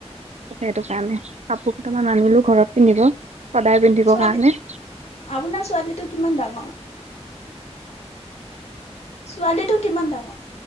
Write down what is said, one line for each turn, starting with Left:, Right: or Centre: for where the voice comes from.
Right: সেইটো কাৰণে, কাপোৰ ঘৰত পিন্ধিব সদায় পিন্ধিব
Left: ছোৱালী
Right: কাৰণে।
Left: আপোনাৰ ছোৱালীটো কিমান ডাঙৰ? ছোৱালী টো কিমান ডাঙৰ?